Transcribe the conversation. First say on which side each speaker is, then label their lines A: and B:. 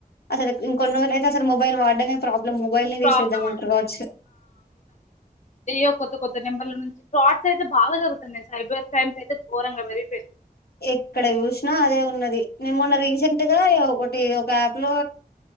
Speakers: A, on the left (about 80°); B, on the left (about 50°).
A: అసలు ఇంకొన్ని రోజులు అయితే అసలు మొబైల్ వాడడమే ప్రాబ్లమ్ మొబైల్
B: ప్రాబ్లం
A: తీసేద్దామంటారు వాచ్
B: డియో కొత్త కొత్త నెంబర్ల నుంచి రాట్స్ అయితే బాగా జరుగుతున్నాయి సైబర్ క్రైమ్స్ అయితే ఘోరంగా పెరిగిపోయింది
A: ఎక్కడ చూసినా అదే ఉన్నది నేను మొన్న రీసెంట్ గా ఒకటి ఒక యాప్ లో